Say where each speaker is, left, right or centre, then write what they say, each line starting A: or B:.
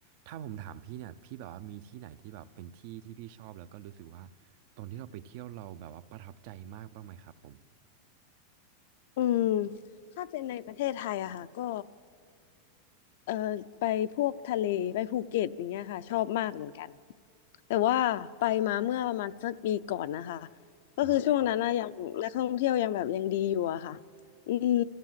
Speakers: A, on the right; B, on the left.
A: ถ้าผมถามพี่เนี่ยพี่แบบว่ามีที่ไหนที่แบบเป็นที่ที่พี่ชอบแล้วก็รู้สึกว่าตอนที่เราไปเที่ยวเราแบบว่าประทับใจมากบ้างไหมครับผม
B: อืมถ้าเป็นในประเทศไทยอะค่ะก็เออไปพวกทะเลไปภูเก็ตอย่างเงี้ยค่ะชอบมากเหมือนกัน แต่ว่าไปมาเมื่อประมาณสักปีก่อนนะคะก็คือช่วงนั้นนะยังนักท่องเที่ยวยังแบบยังดีอยู่อะค่ะ
A: อ่า
B: อืม